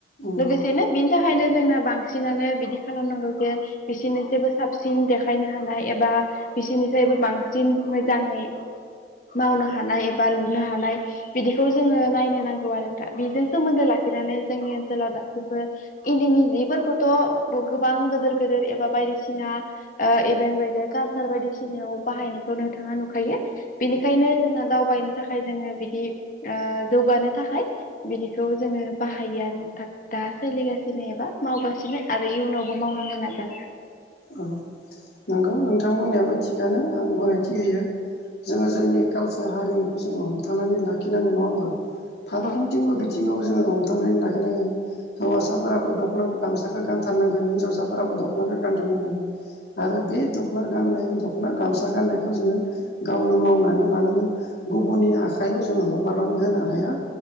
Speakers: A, on the left (about 60°); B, on the left (about 45°).
A: औ
B: लोगोसेनो बेनि थाखायनो जोंना बांसिनानो बिदि खालामनांगौ जे बिसोरनिख्रुइबो साबसिन देखायनो हानाय एबा बिसोरनिफ्रायबो बांसिन मोजाङै मावनो हानाय एबा लुनो हानाय बिदिखौ जोङो नायनो नांगौ आरो नोंथां बेजों सोमोन्दो ला खिनानै जोंनि ओनसोलाव दासिमबो इन्दिनि जिफोरखौथ' गोबां गोदोर गोदिर एबा बाय बायदिसिना इभेन्ट बाय कालचार बायदिसिनायाव बाहायनायखौ थाङा नुखायो बेनिखायनो जोंना दावबाय थाखाय जोङो बिदि ओ जौगानो थाखाय बिदिखौ जोङो बाहायो आरो नोंथां दा सोलिगासिनो एबा मावगासिनो आरो इयुनावबो मावलांनो नाजागोन
A: औ नंगौ नोंथां बुंनायाबो थिगानो आं गनायथि होयो जोङो जोंनि कालसार हारिमुखौ जोङो हमथानानै लाखिनांगोन नङा होमबा फारफ्रोमथिंबो
B: औ
A: बिथिंङाव जोङो हमथानानै लाखिनांगोन हौवासाफोराबो दख'ना गामसाखौ गानथारनांगोन हिनजावसाफोराबो दखनाखो गान्थार नांगोन आरो बे दखना गान्नाय दख'ना, गामसा गान्नाय जोङो गावनो मावनानै लानांगोन, गुबनि आखायाव जों हगारनानै होनो हाया